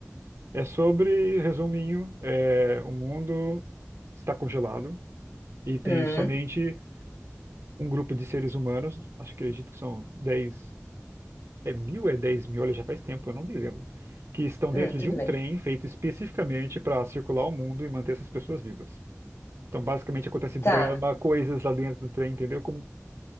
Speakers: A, on the right (about 70°); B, on the left (about 75°).
A: É sobre, resuminho, é, o mundo está congelado e tem
B: Hum,
A: somente um grupo de seres humanos, acho que acredito que são 10, é mil, é 10 mil, olha, já faz tempo, eu não me lembro, que estão
B: hum,
A: dentro
B: tudo
A: de um
B: bem.
A: trem feito especificamente para circular o mundo e manter essas pessoas vivas. Então, basicamente, acontece drama,
B: Tá.
A: coisas lá dentro do trem, entendeu? Como